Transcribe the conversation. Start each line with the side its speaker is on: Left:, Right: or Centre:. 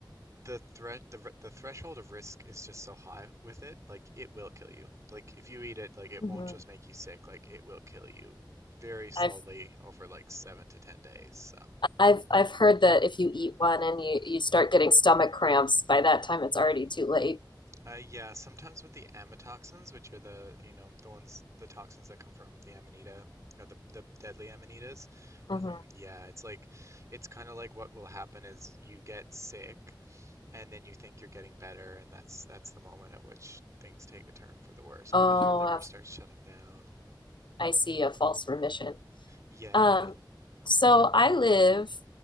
Right: the threat the r- the threshold of risk is just so high with it like it will kill you like if you eat it like it
Left: Mm-hmm.
Right: won't just make you sick like it will kill you very slowly
Left: I've
Right: over like seven to ten days so
Left: I've I've heard that if you eat one and you you start getting stomach cramps, by that time it's already too late.
Right: uh yeah sometimes with the amatoxins which are the you know the ones the toxins that come from the amanita or the, the deadly amanitas
Left: hmm
Right: um yeah it's like it's kind of like what will happen is you get sick and then you think you're getting better and that's that's the moment at which things take a turn for the worse because
Left: Oh,
Right: your liver
Left: I've,
Right: starts shutting down and
Left: I see a false remission.
Right: yeah
Left: Um, so I live